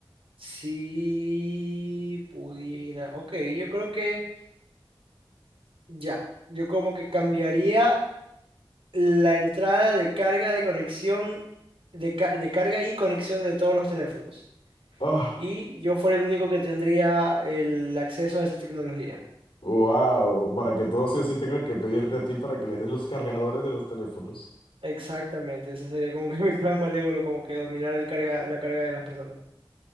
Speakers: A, on the right; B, on the left.
A: Si pudiera. Ok, yo creo que ya. Yo como que cambiaría. la entrada de carga de conexión, de, ca- de carga y conexión de todos los teléfonos.
B: Ah,
A: Y yo fuera el único que tendría el acceso a esa tecnología.
B: wow, para que todos sí o sí tengan que pedirte a ti para que les des los cargadores de los teléfonos.
A: Exactamente, ese sería como que <laughs> mi plan malévolo, como que dominar el carga, la carga de las personas.